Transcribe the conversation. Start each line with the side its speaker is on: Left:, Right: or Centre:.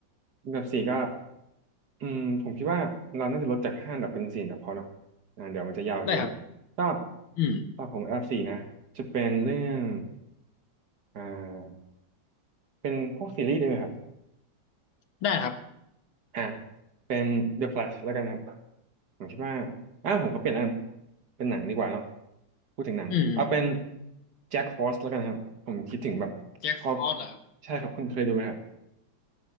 Right: อันดับสี่ก็อืมผมคิดว่าเราน่าจะลดจากห้าอันดับเป็นสี่อันดับพอเนาะอ่าเดี๋ยวมันจะยาวเกิน
Left: ได้ครับ
Right: ก็
Left: อืม
Right: ก็ผมอันดับสี่นะ จะเป็นเรื่องอ่าเป็นพวกซีรีส์ได้ไหมครับ
Left: ได้ครับ
Right: อ่ะเป็น The Flash แล้วกันครับผมคิดว่าอ่าผมขอเปลี่ยนอันเป็นหนังดีกว่าเนาะพูดถึงหนังเอาเป็น
Left: อืมอืม
Right: Jack Frost แล้วกันครับผมคิดถึงแบบพอ
Left: แจ็คฟอรอสเหรอครับ
Right: ใช่ครับคุณเคยดูไหมครับ